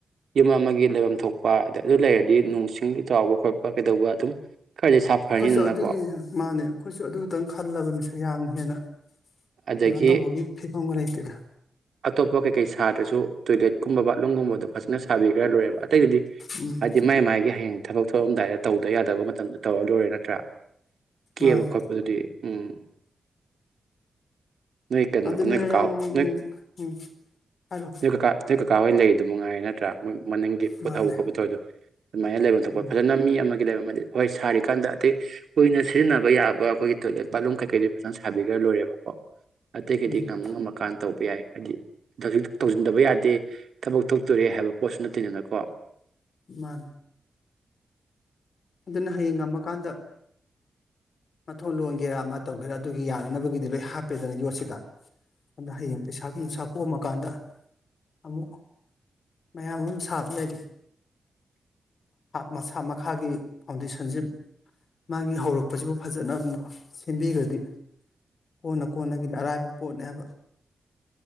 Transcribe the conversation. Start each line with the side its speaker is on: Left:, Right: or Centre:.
Right: ꯌꯨꯝ ꯑꯃꯒꯤ ꯂꯩꯐꯝ ꯊꯣꯛꯄ ꯑꯗ ꯑꯗꯨ ꯂꯩꯔꯗꯤ ꯅꯣꯡ ꯆꯤꯡ ꯆꯥꯎꯕ ꯈꯣꯠꯄ ꯀꯩꯗꯧꯕ ꯑꯗꯨꯝ ꯈꯔꯗꯤ ꯁꯥꯐꯔꯅꯤꯗꯅꯀꯣ
Left: ꯑꯩꯈꯣꯏꯁꯨ ꯑꯗꯨꯒꯤ ꯃꯥꯅꯦ ꯑꯩꯈꯣꯏꯁꯨ ꯑꯗꯨꯇꯪ ꯈꯜꯂꯕꯅꯤ ꯌꯥꯝ ꯍꯦꯟꯅ
Right: ꯑꯗꯒꯤ
Left: ꯀꯩꯅꯣ ꯇꯧꯕꯒꯤ ꯐꯤꯕꯝꯒ ꯂꯩꯇꯦꯗ
Right: ꯑꯇꯣꯞꯄ ꯀꯩꯀꯩ ꯁꯥꯗ꯭ꯔꯁꯨ ꯇꯣꯏꯂꯦꯠ ꯀꯧꯝꯕ ꯕꯠꯔꯨꯝꯒꯨꯝꯕꯗꯣ ꯐꯖꯅ ꯁꯥꯕꯤꯈ꯭ꯔ ꯂꯣꯏꯔꯦꯕ ꯑꯇꯩꯗꯗꯤ
Left: ꯎꯝ
Right: ꯑꯗꯨꯗꯤ ꯃꯥꯏ ꯃꯥꯒꯤ ꯍꯌꯦꯡ ꯊꯕꯛ ꯊꯣꯛꯑꯝꯗꯥꯏꯗ ꯇꯧꯗ ꯌꯥꯗꯕ ꯃꯇꯝꯗ ꯇꯧꯔ ꯂꯣꯏꯔꯦ ꯅꯠꯇ꯭ꯔꯥ ꯀꯦꯕ
Left: ꯃꯥꯅꯦ
Right: ꯈꯣꯠꯄꯗꯨꯗꯤ ꯑꯗ ꯎꯝ ꯅꯣꯏ ꯀꯩꯅꯣ
Left: ꯑꯗꯨꯅꯤꯔꯪ
Right: ꯅꯣꯏ ꯀꯀꯥ ꯅꯣꯏ
Left: ꯎꯝ ꯍꯥꯏꯔꯣ
Right: ꯅꯣꯏ ꯀꯀꯥ ꯅꯣꯏ ꯀꯀꯥ ꯍ ꯑꯣꯏꯅ ꯂꯩꯗ ꯃꯉꯥꯏꯔꯦ ꯅꯠꯇ꯭ꯔꯥ ꯃꯣꯏ ꯃꯅꯤꯡꯒꯤ ꯄꯣꯠ
Left: ꯃꯥꯅꯦ
Right: ꯊꯧꯕ ꯈꯣꯠꯄ ꯊꯗꯣ ꯑꯗꯨꯃꯥꯏꯅ ꯂꯩꯐꯝ ꯊꯣꯛꯄ
Left: ꯎꯝ
Right: ꯐꯖꯅ ꯃꯤ ꯑꯃꯒꯤ ꯂꯩꯐꯝ ꯑꯃꯗꯤ ꯍꯣꯏ ꯁꯥꯔꯤꯀꯥꯟꯗ ꯑꯇꯩ ꯀꯨꯏꯅ ꯁꯤꯖꯤꯟꯅꯕ ꯌꯥꯕ ꯑꯩꯈꯣꯏꯒꯤ ꯇꯣꯏꯂꯦꯠ ꯄꯥꯠꯨꯝ ꯀꯩ ꯐꯖ ꯁꯥꯕꯤꯔ ꯂꯣꯏꯦꯕ ꯑꯇꯩꯒꯩꯗꯤ
Left: ꯎꯝ
Right: ꯉ ꯉꯝꯃꯀꯥꯟꯗ ꯇꯧꯕ ꯌꯥꯏ ꯍꯥꯏꯗꯤ ꯇꯕ ꯕ ꯌꯥꯗꯦ ꯊꯕꯛ ꯊꯣꯛꯇꯣꯔꯦ ꯍꯥꯏꯕ ꯄꯣꯠꯁꯨ ꯅꯠꯇꯦꯗꯅꯀꯣ
Left: ꯃꯥꯅꯦ ꯑꯗꯨꯅ ꯍꯌꯦꯡ ꯉꯝꯃꯀꯥꯟꯗ ꯃꯊꯣꯟ ꯂꯣꯟꯒꯦꯔꯥ ꯑꯃ ꯇꯧꯒꯦꯔꯥ ꯑꯗꯨꯒꯤ ꯌꯥꯅꯅꯕꯒꯤꯗꯤ ꯂꯣꯏ ꯍꯥꯞꯄꯦꯗꯅ ꯌꯣꯠꯁꯤꯗ ꯑꯗꯨꯗ ꯍꯌꯦꯡ ꯄꯩꯁꯥꯒ ꯅꯨꯡꯁꯥ ꯀꯣꯛꯑ ꯀꯥꯟꯗ ꯑꯃꯨꯛ ꯃꯌꯥꯝ ꯑꯃꯨ ꯁꯥꯕ ꯌꯥꯏꯗ ꯃꯁꯥ ꯃꯈꯥꯒꯤ ꯐꯥꯎꯟꯗꯦꯁꯟꯁꯤ ꯃꯥꯒꯤ ꯍꯧꯔꯛꯄꯁꯤꯕꯨ ꯐꯖꯅ ꯑꯃꯨꯛ ꯁꯦꯝꯕꯤꯈ꯭ꯔꯗꯤ ꯀꯣꯟꯅ ꯀꯣꯟꯅꯒꯤꯗꯤ ꯑꯔꯥꯏꯕ ꯄꯣꯠꯅꯦ ꯍꯥꯏꯕ